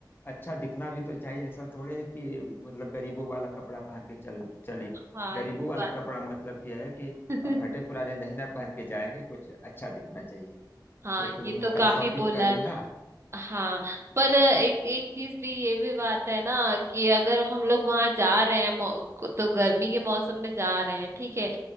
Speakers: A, on the left (about 30°); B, on the right (about 35°).
A: अच्छा दिखना भी तो चाहिए ऐसा थोड़े है कि मतलब गरीबों वाला कपड़ा पहन के चल चलें
B: हाँ
A: गरीबों
B: ये
A: वाला
B: बात
A: कपड़ा मतलब क्या है कि
B: <laughs>
A: फटे पुराने नहीं ना पहन के जाएंगे कुछ अच्छा दिखना चाहिए
B: हाँ
A: तो तुम
B: ये तो
A: कल
B: काफी
A: शॉपिंग
B: बोला
A: कर लेना
B: हाँ पर एक एक चीज भी ये भी बात है ना कि अगर हम लोग वहां जा रहे हैं मौ- तो गर्मी के मौसम में जा रहे हैं ठीक है